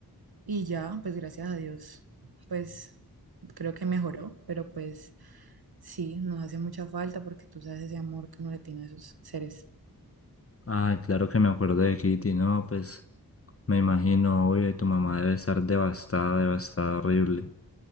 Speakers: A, on the right; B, on the left.
A: y ya, pues gracias a Dios, pues creo que mejoró, pero pues sí, nos hace mucha falta porque tú sabes ese amor que uno le tiene a esos seres.
B: Ay, claro que me acuerdo de Kitty, no, pues. Me imagino, obvio, y tu mamá debe estar devastada, devastada, horrible.